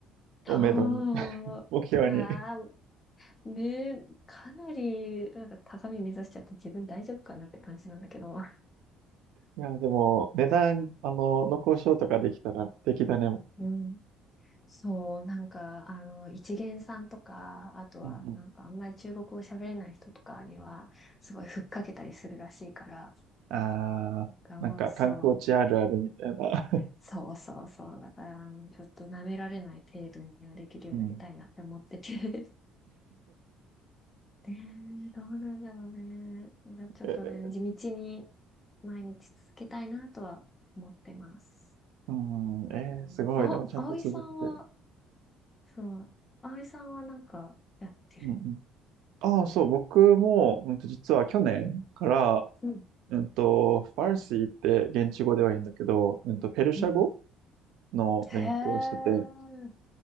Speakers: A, on the left; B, on the right.
A: そう。
B: をめどに、<laughs> 目標に。
A: うわーねえ、かなり、なんか高み目指しちゃって自分大丈夫かなって感じなんだけど。
B: いや、でも、値段、あの、の交渉とかできたら、敵だね、も
A: うん。そう、なんか、あの、一元さんとか、あとは、
B: う。うん
A: なんかあんまり中国語喋れない人とかには、すごいふっかけたりするらしいから、
B: ああ、
A: なんかもうそう、
B: なんか観光地あるあるみたいな。<laughs>
A: そうそうそう、だから、ちょっと舐められない程度にはできるようになりたいなって思ってて。
B: うん。
A: <laughs> ねえ、どうなんだろうね。いやちょっとね、
B: <laughs> えー
A: 地道に毎日続けたいなとは思ってます。
B: うん、えー、
A: うん、
B: すごい。
A: あお、
B: でもちゃんと続けてる。
A: 葵さんは、そう、葵さんはなんかやってる
B: うんうん。ああ、そう、僕も、うんと、実は去年から、
A: うん、
B: うんと、ファルシーって現地語では言うんだけど、うんと、ペルシャ語
A: うん。
B: の勉強をしてて、
A: へえ、